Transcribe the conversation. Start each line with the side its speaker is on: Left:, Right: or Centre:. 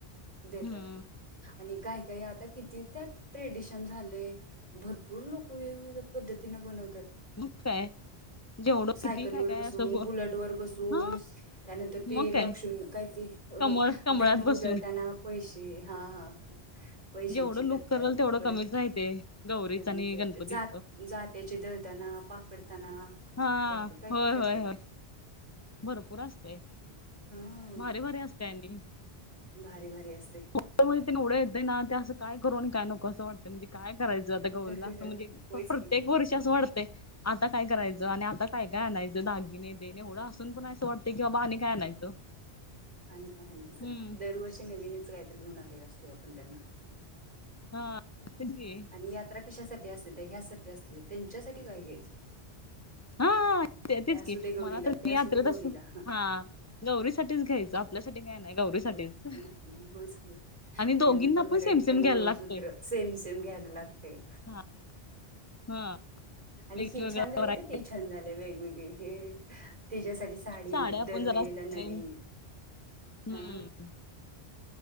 Right: दे येतात
Left: हम्म.
Right: आणी काय काय आता किती त्यात ट्रेडीशन झालंय भरप पूर लोक वेगवेगळ्या पद्धतीनं बनवत्यात.
Left: मगत काय? जेवढं
Right: सायकलीवर
Left: किती काय काय
Right: बसवून,
Left: असं गो
Right: बुलेटवर बसवून,
Left: हा
Right: त्यानंतर ते
Left: मग काय
Right: लक्ष्मण काय ते? हो
Left: कमळ
Right: हो,
Left: कमळात
Right: धनू
Left: बसून
Right: उदळताना पैसे हा हा पैशाची
Left: जेवढं लुक
Right: खर्च
Left: करल
Right: आहेत,
Left: तेवढं
Right: परत
Left: कमीच राहते गौरीच
Right: कमीच
Left: आणि
Right: आहे.
Left: गणपतीच
Right: जात जाते चीदळतना, पाकडताना
Left: हा
Right: भरपूर काय
Left: होय
Right: काय करतात.
Left: होय होय भरपूर असतय,
Right: हा
Left: भारी भारी असतय आणि.
Right: भारी भारी असतय.
Left: तर म्हणजे तेवढ्या येतं ना ते असं काय करून आणि काय नको असं वाटतंय म्हणज काय करायचं आता गौरीला
Right: होयच
Left: असं म्हणजे, प प्रत्येक
Right: की
Left: वर्षी असं वाटतंय. आता काय करायचं आणि आता काय काय आणायचं? दागिने तेन एवढं अस तुम्ही पण असं वाटतय की बाबा आणि काय आणायचं.
Right: आणि काय आणायचं,
Left: हम्म
Right: दरवर्षी नवीनच काहीतरी घेऊन आलेला असतोय आपण त्यांना.
Left: हा तेच की.
Right: आणि यात्रा कशासाठी असतेत्या, ह्यासाठी असतेत्या. त्यांच्यासाठी काय घ्यायचं?
Left: हा ते तेच
Right: हे असू
Left: की
Right: दे गौरीला
Left: मला तर त
Right: ते असू
Left: यात्रेत
Right: दे गौरीला
Left: असते तर हा. गौरीसाठीच घ्यायचं आपल्यासाठी काय नाही. गौरीसाठीच
Right: गौर नाही नाही होयच की,
Left: आणि
Right: वेगवेगळ्या
Left: दोघींना
Right: व्हरायटीचे
Left: पण सेम सेम
Right: मंगळसूत्र.
Left: घ्यायला लागतंय.
Right: सेम सेम घ्यायला लागतय.
Left: हा हा
Right: आणि
Left: वेगवेगळ्या
Right: हे छान झालं
Left: व्हरायटी
Right: का ते छान झालं वेगवेगळे हे? त्याच्यासाठी साडी
Left: साड्या
Right: दरवेळेला
Left: पण जरा
Right: नवीन.
Left: सेम हम्म.
Right: हा